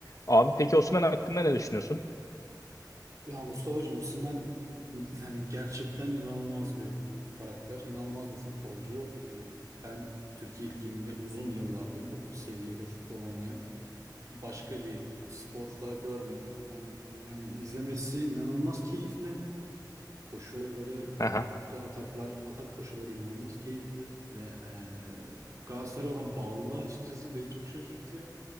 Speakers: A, on the left; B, on the right.
A: Abi peki Osimhen hakkında ne düşünüyorsun?
B: Ya Mustafa'cığım Osimhen yani gerçekten inanılmaz bir karakter, inanılmaz bir futbolcu. Ee, Ben Türkiye Ligi'nde uzun yıllardır bu seviyede futbol oynayan başka bir sporcu daha görmedim. Ben yani izlemesi inanılmaz keyifli. koşulları
A: Aha.
B: yaptığı ataklar, atak koşuları inanılmaz keyifli ve e, Galatasaray'a olan bağlılığı açıkçası beni çok şaşırtıyor.